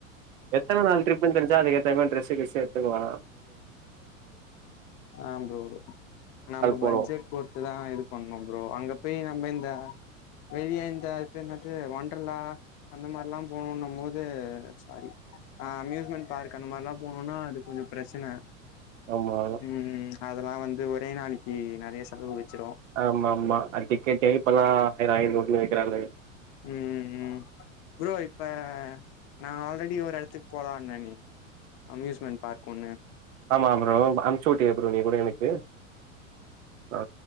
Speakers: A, on the right (about 70°); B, on the left (about 40°).
A: எத்தனை நாள் டிருப் புனு தெரிஞ்சா அதுக்கு ஏதா மாரி ட்ரர்ஸ் கிஸு எடுத்துகலாம்
B: ஆ ப்ரோ நம்ம பட்ஜெட்
A: போனு
B: பொறுத்துதா இது பண்ணும் ப்ரோ அங்க போய் நம்ம இந்த வெளிய இந்த அத்பேர் என்னாது வண்டர்லா அந்த மாரில்லா போனுன்னம் போது ஆடி ஆ அம்யூஸ்மெண்ட் பார்க் அந்த மாரில்லா போணுன்னா அது கொஞ்சொ ப்ரச்சன
A: ஆமா
B: ம் அதல்லா வந்து ஒரே நாளைக்கி நறைய செலவு வச்சிரு
A: ஆமா ஆமா அடிக்கே இப்பல்லா <unintelligible>
B: ம் ம் ப்ரோ இப்ப நா ஆல்ரெடி ஒரு எடத்துக் போலான்னனே அம்யூஸ்மெண்ட் பார்க் ஒன்னு
A: ஆமா ப்ரோ அம்ச்சு உட்டியே ப்ரோ நீ கூட எனக்கு அ